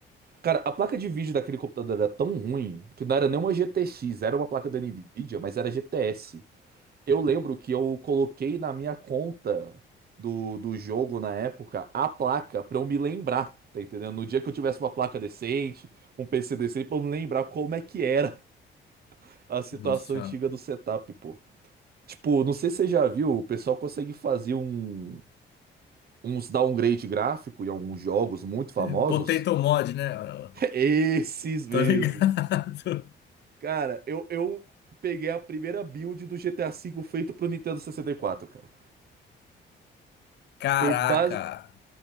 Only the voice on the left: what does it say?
Nossa Senhora.
<laughs> Potato Mod, né? <laughs> Eu
Tô ligado.
<laughs> Caraca.